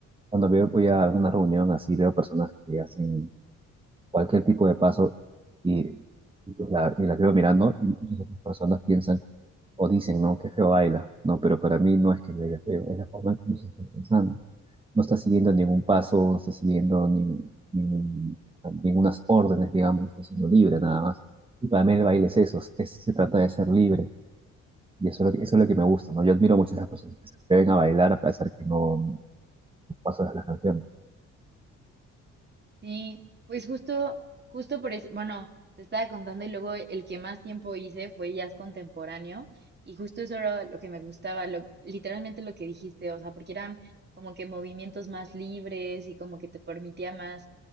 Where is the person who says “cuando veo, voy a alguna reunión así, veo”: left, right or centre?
Right